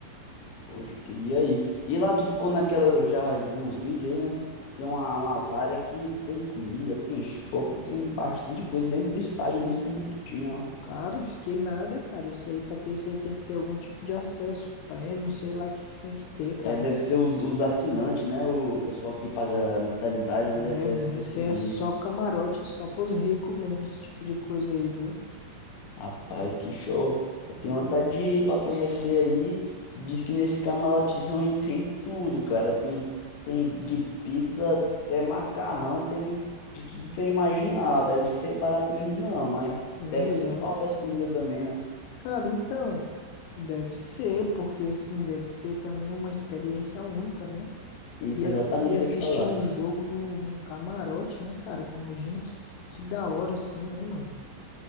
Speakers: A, on the left; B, on the left.
A: Poxa, eu queria ir. E lá tu ficou naquela, eu já vi uns vídeos aí, né? Tem uma, umas áreas que tem comida, tem chopp, tem bastante coisa dentro do estádio, eu nem sabia que tinha, ó.
B: Cara, fiquei nada, cara. Isso aí, pra ter isso aí, tem que ter algum tipo de acesso, prêmio, sei lá o que que tem que ter, cara.
A: É, deve ser os, os assinantes, né? O pessoal
B: É,
A: que paga a mensalidade, né?
B: é,
A: Deve, deve
B: né?
A: conseguir.
B: Isso aí é só camarote, é só pros ricos mesmo, esse tipo de coisa aí, viu?
A: Rapaz, que show. Eu tenho vontade de ir para conhecer aí. Diz que nesse camarotezão aí tem tudo, cara. Tem, tem de pizza até macarrão, tem de tudo que você imaginar. Deve ser barato mesmo, não, mas
B: Sim,
A: deve
B: exato.
A: ser top as comidas também, né?
B: Cara, então, deve ser, porque assim, deve ser também uma experiência única, né?
A: Isso,
B: E, ass-
A: é exatamente
B: e assistir
A: o que eu te falar.
B: um jogo num, num camarote, né, cara? Que Imagina que, que da hora, assim, né, mano?